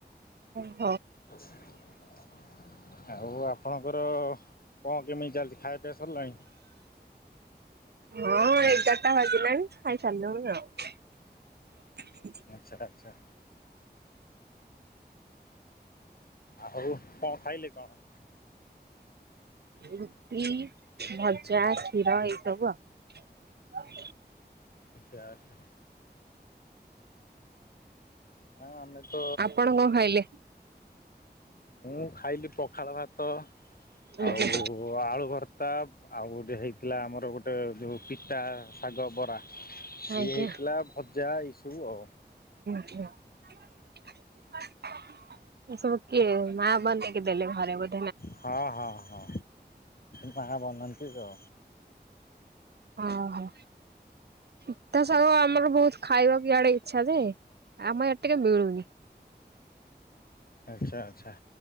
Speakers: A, on the right (about 70°); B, on the left (about 55°).
A: ହଁ।
B: ଆଉ ଆପଣଙ୍କର କଣ କେମିତି ଚାଲିଛି ଖାଇବା ପିଇବା ସରିଲାଣି?
A: ହଁ ଏଗାରଟା ବାଜିଲାଣି ଖାଇସାରି ଲୁଣି ଆଉ।
B: ଆଛା ଆଚ୍ଛା। ଆଉ କଣ ଖାଇଲେ କଣ?
A: ରୁଟି ଭଜା କ୍ଷୀର ଏଇ ସବୁ ଆଉ
B: ଆଛା ଆଛା। ହଁ ଆମେ ତ
A: ଆପଣ କଣ ଖାଇଲେ?
B: ମୁଁ ଖାଇଲି ପଖାଳ ଭାତ
A: ଆଜ୍ଞା
B: ଆଉ ଆଳୁ ଭର ତା ଆଉ ଗୋଟେ ହେଇଥିଲା ଆମର ଗୋଟେ ଯୋଉ ପିତା ଶାଗ ବରା ସିଏ
A: ଆଜ୍ଞା
B: ହେଇଥିଲା ଭଜା ଏଇସୁ ଆଉ
A: ଏସବୁ କିଏ ମା ବନେଇକି ଦେଲେ ଘରେ ବୋ
B: ହଁ ହଁ ହଁ ମା ବନାନ୍ତି ତ।
A: ଓ ହୋ। ପିତା ଶାଗ ଆମର ବହୁତ ଖାଇବାକୁ ଇଆଡେ ଇଛା ଯେ ଆମ ଆଡେ ଟିକେ ମିଳୁନି।
B: ଆଚ୍ଛା ଆଚ୍ଛା।